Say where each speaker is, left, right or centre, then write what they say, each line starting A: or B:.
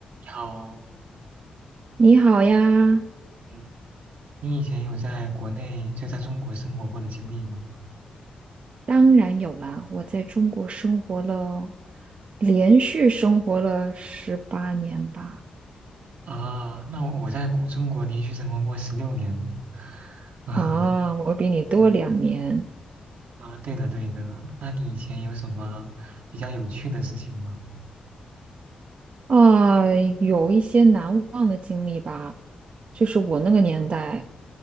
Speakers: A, on the right; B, on the right.
A: 好，
B: 你好呀，
A: 嗯，你以前有在国内就在中国生活过的经历吗？
B: 当然有啦，我在中国生活了，连续生活了十八年吧。
A: 啊，那我在国中国连续生活过十六年了。
B: 啊，我比你多两年
A: <laughs> 嗯，啊，对的对的，那你以前有什么比较有趣的事情吗？
B: 啊，有一些难忘的经历吧。就是我那个年代，